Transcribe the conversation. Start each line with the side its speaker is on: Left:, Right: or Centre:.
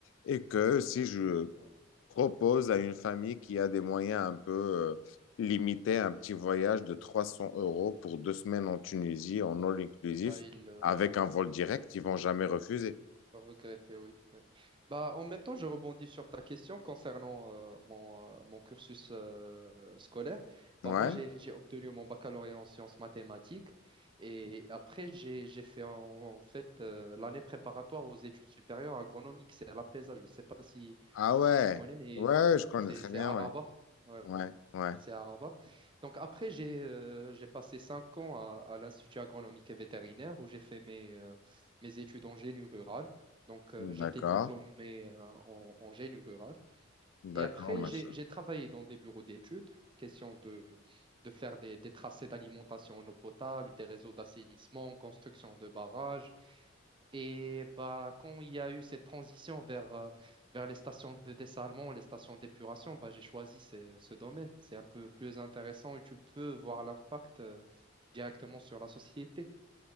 Left: et que si je
Right: Ouais.
Left: propose à une famille qui a des moyens un peu euh, limités un petit voyage de 300 euros pour deux semaines en Tunisie, en all inclusif,
Right: Bah, il,
Left: avec un vol direct, ils vont jamais refuser.
Right: Regretter, oui. oui. Bah, en même temps, je rebondis sur ta question concernant euh, mon, euh, mon cursus euh, scolaire.
Left: Ouais?
Right: Bah, moi, j'ai, j'ai obtenu mon baccalauréat en sciences mathématiques et après, j'ai, j'ai fait en, en fait euh, l'année préparatoire aux études supérieures agronomiques. C'est à l'APESA, je ne sais pas si,
Left: Ah
Right: si
Left: ouais.
Right: tu connais, mais
Left: Ouais, je connais
Right: c'est
Left: très
Right: c'est
Left: bien,
Right: à
Left: ouais.
Right: Rabat. Ouais,
Left: Ouais,
Right: ouais.
Left: ouais.
Right: C'est à Rabat. Donc après, j'ai euh, j'ai passé cinq ans à, à l'Institut agronomique et vétérinaire où j'ai fait mes, euh, mes études en génie rural. Donc, euh,
Left: D'accord.
Right: j'étais diplômé euh, en, en génie rural.
Left: D'accord,
Right: Et après,
Left: machin
Right: j'ai j'ai travaillé dans des bureaux d'études, question de, de faire des, des tracés d'alimentation en eau potable, des réseaux d'assainissement, construction de barrages. Et bah, quand il y a eu cette transition vers, euh, vers les stations de dessalement, les stations d'épuration, bah, j'ai choisi ce, ce domaine. C'est un peu plus intéressant et tu peux voir l'impact euh, directement sur la société.